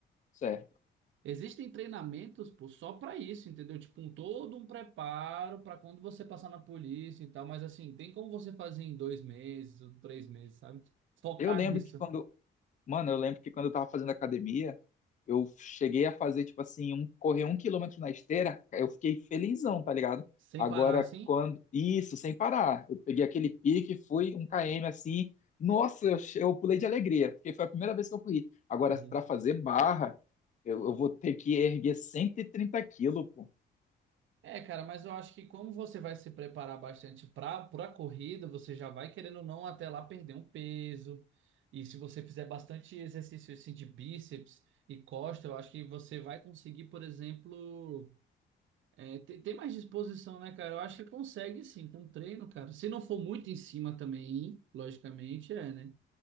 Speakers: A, on the left; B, on the right.
A: certo.
B: Existem treinamentos, pô, só para isso, entendeu? Tipo, um todo um preparo para quando você passar na polícia e tal, mas assim, tem como você fazer em dois meses ou três meses, sabe? Focar
A: Eu lembro
B: nisso,
A: que quando, Mano, eu lembro que quando eu tava fazendo academia, eu cheguei a fazer, tipo assim, um, correr um quilômetro na esteira, eu fiquei felizão, tá ligado?
B: sem
A: Agora,
B: parar assim?
A: quando. Isso, sem parar. Eu peguei aquele pique, fui um km assim. Nossa, eu, che- eu pulei de alegria, porque foi a primeira vez que eu corri. Agora,
B: Uhum.
A: pra fazer barra, eu, eu vou ter que erguer cento e trinta quilos,
B: É, cara, mas eu acho que como você vai se preparar bastante pra, pra corrida, você já vai querendo ou não até lá perder um peso. E se você fizer bastante exercício assim, de bíceps e costa, eu acho que você vai conseguir, por exemplo. É, tem, tem mais disposição, né, cara? Eu acho que consegue sim, com treino, cara. Se não for muito em cima também, logicamente, é, né?